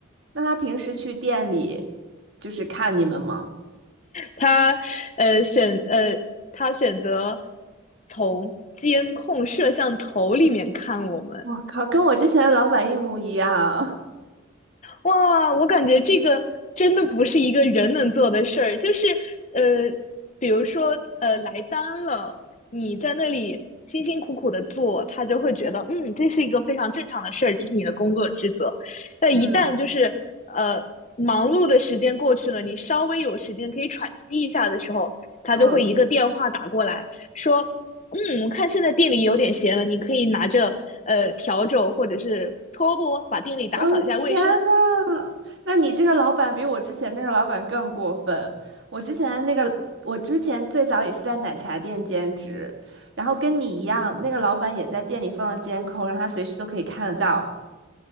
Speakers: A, on the right; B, on the left.
A: 那她平时去店里就是看你们吗？
B: 他呃选呃他选择从监控摄像头里面看我们，
A: 我靠，跟我之前的老板一模一样。
B: 哇，我感觉这个真的不是一个人能做的事儿，就是呃，比如说呃来单了，你在那里辛辛苦苦的做，他就会觉得嗯，这是一个非常正常的事儿，这是你的工作职责。但一旦就是呃忙碌的时间过去了，
A: <laughs> 嗯
B: 你稍微有时间可以喘息一下的时候，他就会一个电话打过来说，
A: 嗯，
B: 嗯，我看现在店里有点闲了，你可以拿着呃笤帚或者是拖布把店里打扫一下卫生。
A: 我的天呐，那你这个老板比我之前那个老板更过分。我之前那个，我之前最早也是在奶茶店兼职，然后跟你一样，那个老板也在店里放了监控，让他随时都可以看得到。